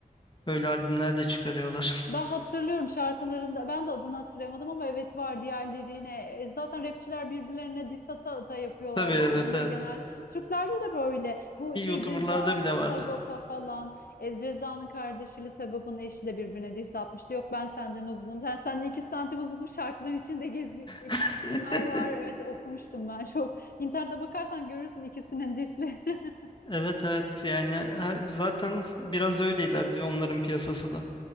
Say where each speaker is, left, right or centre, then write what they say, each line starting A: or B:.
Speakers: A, on the left (about 30°); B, on the left (about 85°).
A: Öyle albümler de çıkarıyorlar.
B: Ben hatırlıyorum şarkılarında ben de adını hatırlayamadım ama evet var diğerlerine. E, Zaten rapçiler birbirlerine diss ata ata yapıyorlar
A: <laughs> Tabii evet
B: bu albümleri
A: evet.
B: genelde. Türklerde de böyle bu
A: İyi
B: şey
A: YouTuber'larda
B: Ceza,
A: bile vardı.
B: Sagopa falan e, Ceza'nın kardeşiyle Sagopa'nın eşi de birbirine diss atmıştı. Yok ben senden uzunum ben senden iki santim uzunum şarkıların içinde gez
A: <laughs>
B: bunlar var evet okumuştum ben çok. İnternete bakarsan görürsün ikisinin diss'lerini. <laughs>
A: Evet evet yani her- zaten biraz öyle ilerliyor onların piyasası da.